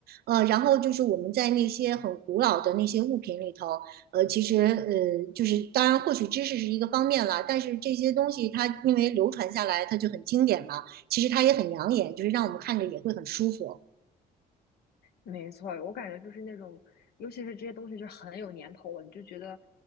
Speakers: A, on the right; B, on the left.
A: 呃，然后就是我们在那些很古老的那些物品里头，呃，其实呃就是当然获取知识是一个方面啦，但是这些东西它因为流传下来，它就很经典嘛，其实它也很养眼，就是让我们看着也会很舒服。
B: 没错，我感觉就是那种，尤其是这些东西就很有年头，了，你就觉得。